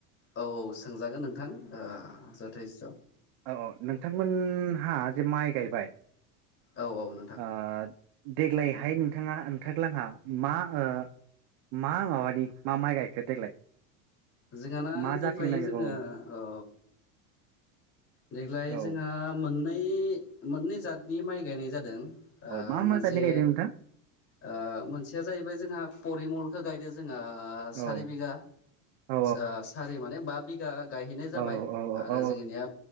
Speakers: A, on the left (about 30°); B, on the right (about 60°).
A: औ सोंजागोन नोंथां ओ जथेस्थ'
B: ओ औ नोंथांमोन हा जे माइ गायबाय
A: औ औ नोंथां।
B: ओ देग्लायहाय नोंथाङा नोंथांग्लांहा मा ओ मा माबानि मा माइ गायखो देग्लाय
A: जोंआना
B: मा
A: देग्लायो
B: जाथिनि माइ गायखो
A: जोंङो अ देग्लाय
B: औ
A: जोंहा मोननै-मोननै जातनि माइ गायनाय जादों। ओ
B: औ मा
A: मोनसे
B: मा जातनि गायदों नोंथां
A: ओ मोनसेया जाहैबाय जोंहा परिमलखो गायदो। जोंङो सारि
B: औ
A: बिगा
B: औ
A: ओ सारि माने बा बिघा गायहैनाय जाबाय।
B: औ औ
A: आरो
B: औ
A: जोंङोनिया